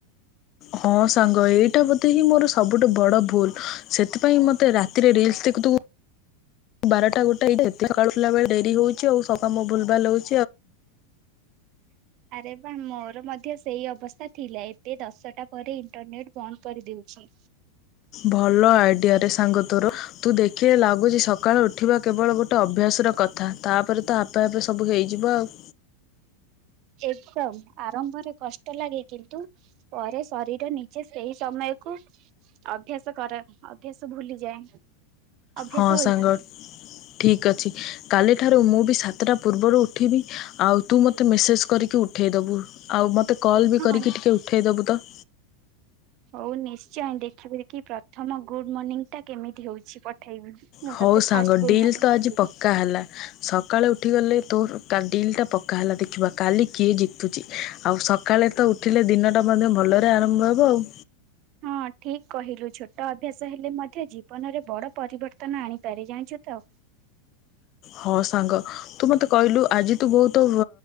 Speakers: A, on the left; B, on the right.
A: ହଁ ସାଙ୍ଗ ଏଇଟା ବୋଧେ ହିଁ ମୋର ସବୁଠୁ ବଡ ଭୁଲ ସେଥିପାଇଁ ମତେ ରାତିରେ ରିଲସ ଦେଖୁଥିବ ବାରଟା ଗୋଟଏକାଳୁ ବେଳେ ଡେରି ହଉଛି ଆଉ ସାମ ଭୁଲ ଭୁ ଲହଉଛି।
B: ଆରେ ବା ମୋର ମଧ୍ୟ ସେଇ ଅବସ୍ଥା ଥିଲା ଏବେ ଦଶଟା ପରେ ଇଣ୍ଟରନେଟ ବନ୍ଦ କରିଦଉଛି।
A: ଭଲ ଆଇଡିଆରେ ସାଙ୍ଗ ତର ତୁ ଦେଖିଲେ ଲାଗୁଚ ସକାଳୁ ଉଠିବା କେବଳ ଗୋଟେ ଅଭ୍ୟାସର କଥା ତାପରେ ତ ଆପେ ଆପେ ସବୁ ହେଇଯିବ ଆଉ
B: ଏକଦମ ଆରମ୍ଭରେ କଷ୍ଟ ଲାଗେ କିନ୍ତୁ ପରେ ଶରୀର ନିଜେ ସେଇ ସମୟ କୁ ଅଭ୍ୟାସ କର ଅଭ୍ୟାସ ଭୁଲିଯାଏ। ଅଭ୍ୟାସ
A: ହଁ
B: ହୋଇଥାଏ
A: ସାଙ୍ଗ ଠିକ ଅଛି କାଲି କାଲି ଠାରୁ ମୁଁ ବି ସାତଟା ପୂର୍ବରୁ ଉଠିବି। ଆଉ ତୁ ମୋତେ ମେସେଜ୍ କରିକି ଉଠାଇ ଦେବୁ ଆଉ ମୋତେ କଲ୍ ବି କରିକି
B: ହଁ।
A: ଟିକେ ଉଠେଇଦବୁ ତ <inaudible>
B: ହଉ ନିଶ୍ଚୟ ଦେଖିବି ଦେଖି ପ୍ରଥମ ଗୁଡ ମର୍ଣ୍ଣିଂ ଟା କେମିତି ହଉଛି ପଠେଇବି। ମୁଁ
A: ହଉ
B: ତତେ
A: ସାଙ୍ଗ
B: ଫାଷ୍ଟ ଗୁଡ
A: ଡିଲ୍
B: ମର୍ଣ୍ଣିଂ
A: ତ
B: ପଠେଇବି।
A: ଆଜି ପକ୍କା ହେଲା ସକାଳେ ଉଠି ଗଲେ ତୋ ଡିଲ୍ ଟା ପକ୍କା ହେଲା ଦେଖିବା କାଲି କିଏ ଜିତୁଛି ଆଉ ସକାଳେ ତ ଉଠିଲେ ଦିନଟା ମଧ୍ୟ ଭଲରେ ଆରମ୍ଭ ହେବ ଆଉ
B: ହଁ ଠିକ କହିଲୁ ଛୋଟ ଅଭ୍ୟାସ ହେଲେ ମଧ୍ୟ ଜୀବନରେ ବଡ ପରିବର୍ତ୍ତନ ଆଣିପାରେ ଜାଣିଛୁ ତ
A: ହଁ ସାଙ୍ଗ ତୁ ମତେ କହିଲୁ ଆଜି ତୁ ବହୁତ